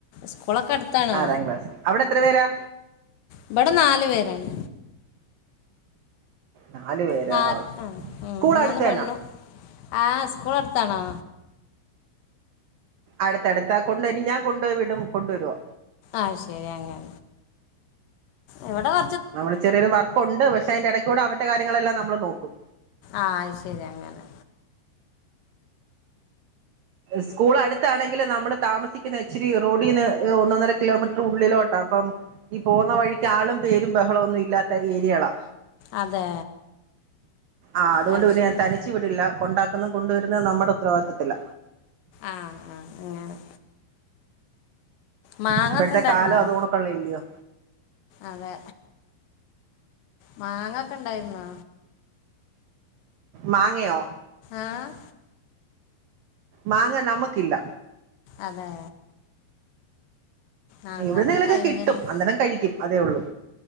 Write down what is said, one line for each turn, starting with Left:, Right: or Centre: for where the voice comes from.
Left: സ്കൂളൊക്കെ അടുത്താണോ
Right: ആറാം ക്ലാസ്സിൽ അവിടെ എത്ര പേരാ
Left: ഇബട നാല് പേരാണ്
Right: നാല് പേരാ
Left: നാൽ ആഹ് ഉം
Right: സ്കൂൾ
Left: മൂന്ന്
Right: അടുത്ത്
Left: പെണ്ണും
Right: തന്നാ
Left: ആഹ് സ്കൂള് അടുത്താണോ
Right: അട്ത്തട്ത്താ കൊണ്ടരും ഞാൻ കൊണ്ടോയ് വിടും കൊണ്ടുവരോ
Left: ആയ്ശെരി അങ്ങനെ ഇവടെ വ
Right: നമ്മള് ചെറിയൊരു വർക്കുണ്ട് പക്ഷെ അയിന്റെയെടെകൂടെ അവന്റെ കാര്യങ്ങളെല്ലാം നമ്മള് നോക്കും
Left: ആഹ് ആയ്ശെരി അങ്ങനെ
Right: സ്കൂള് അടുത്താണെങ്കില് നമ്മള് താമസിക്കുന്നെ ഇച്ചിരി റോഡീന്ന് ഒന്നൊന്നര കിലോമീറ്റർ ഉള്ളിലോട്ടാ അപ്പം ഈ പോകുന്ന വഴിക്ക് ആളും പേരും ബഹളോന്നും ഇല്ലാത്ത ഏരിയകളാ
Left: അതെ
Right: ആഹ് അത്കൊണ്ട്
Left: അത്
Right: പിന്നെ
Left: ശരി
Right: ഞാൻ തനിച്ച് വിടില്ല കൊണ്ടാക്കുന്നേം കൊണ്ടുവെരുന്നേം നമ്മുടെ ഉത്തരവാദിത്തത്തില
Left: ആഹ് ആഹ് അങ്ങനെ മാങ്ങ
Right: ഇപ്പോഴത്തെ
Left: ഒക്കെ ഉണ്ടായിരുന്നോ
Right: കാലം അത്കൊണുക്കൊള്ളേല്യോ
Left: അതെ മാങ്ങ ഒക്കെഇഉണ്ടായിരുന്നോ
Right: മാങ്ങയോ
Left: ആഹ്
Right: മാങ്ങ നമുക്കില്ല.
Left: അതെ. ആ
Right: എവിടുന്നേലൊക്കെ
Left: കാലൊക്കെ കഴിഞ്ഞല്ലോ
Right: കിട്ടും. അന്നേരം കഴിക്കും. അതേ ഉള്ളൂ.